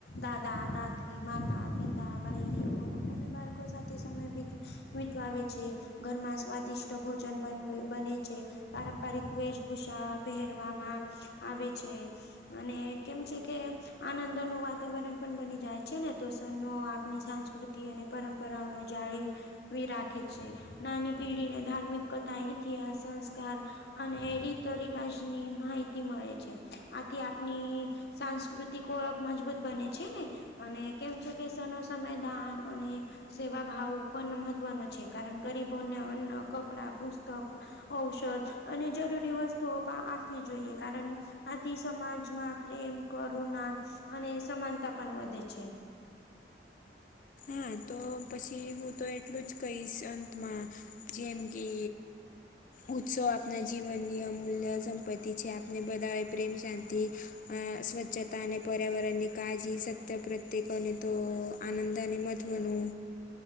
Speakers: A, on the left; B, on the left.
A: દાદા દા માતા પિતા ભાઈ બહનો અને બાળકો સાથે સમયીત વિીતવે છે ઘરમાં સ્વાદિષ્ટ ભોજન બન બને છે પારંપરિક વેશ ભૂષા પહેરવામાં આવે છે. અને કેમ છે કે આનંદ ન વાતાવરણ પણ બની જાય છે ને તો સ આપણી સાં સ્ૃતિ અને પરંપરાઓનું જાણી્યું રાખે છે નાની પેઢીને ધાર્મિક કથા ઇતિહાસ સંસ્કાર અને રીત રિવાજની માહિતી મળે છે આથી આપની સાંસ્કૃતિક ઓળખ મજબૂત બને છે ને અને કેમ છે કે સમય સમય દાન અને સેવા ભાવ પણ મહત્વનો છે કારણ ગરીબોને અન્ન, કપડા, પુસ્તક ઔષધ અને જરૂરી વસ્તુ આપવી જોઈએ કારણ આથી સમાજમાં પ્રેમ, કરુણા અને સમાનતા પણ વધે છે.
B: હા તો પછી હું તો એટલું જ કહીશ અંતમાં જેમ કે ઉત્સવ આપના જીવનની અમૂલ્ય સંપત્તિ છે. આપને બધા પ્રેમ શાંતિ અ સ્વચ્છતા અને પર્યાવરણની કાળજી સત્ય પ્રત્યેકોને તો આનંદાન મત મહત્વનું